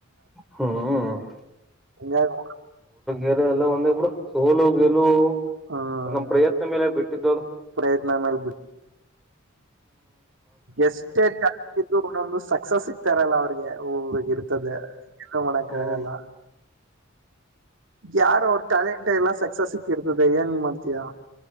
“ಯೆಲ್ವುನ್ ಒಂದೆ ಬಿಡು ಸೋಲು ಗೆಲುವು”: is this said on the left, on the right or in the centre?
Centre